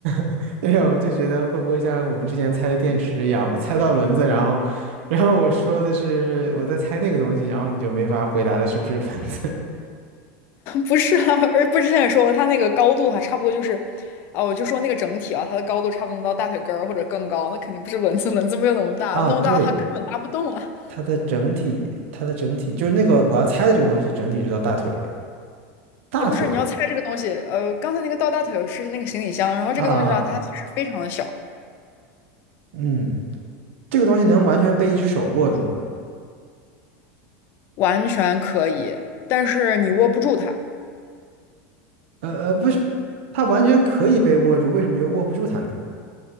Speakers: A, on the right; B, on the left.
A: <laughs> 对呀，我就觉得会不会像我们之前猜的电池一样，我猜到轮子，然后，然后我说的是我在猜那个东西，然后你就没法回答的是不是轮子
B: 不是啊，而不是之前也说过，它那个高度的话，差不多就是，啊，我就说那个整体啊，它的高度差不多能到大腿根儿或者更高，那肯定不是轮子，<laughs> 轮子没有那么大，
A: <laughs> 啊？
B: 那么大的话根本拉不动啊。
A: 对，它的整体，它的整体就是那个我要猜的这个东西，整体是到大腿，大腿
B: 呃，不是，你要猜这个东西，呃，刚才那个到大腿是那个行李箱，然后这个东西的话，
A: 啊啊，
B: 它其实非常的小，
A: 嗯，这个东西能完全被一只手握住吗？
B: 完全可以，但是你握不住它，
A: 呃呃，不是，它完全可以被握住，为什么又握不住它呢？